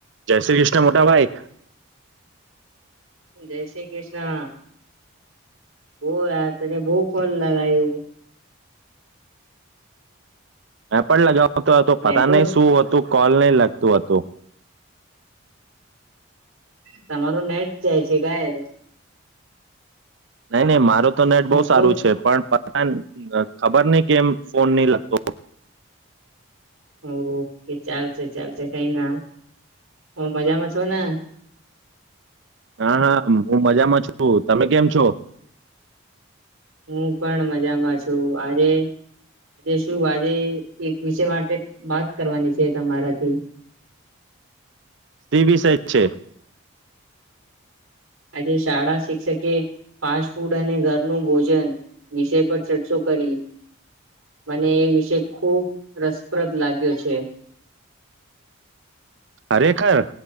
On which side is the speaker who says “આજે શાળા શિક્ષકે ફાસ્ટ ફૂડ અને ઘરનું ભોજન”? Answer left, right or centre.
Right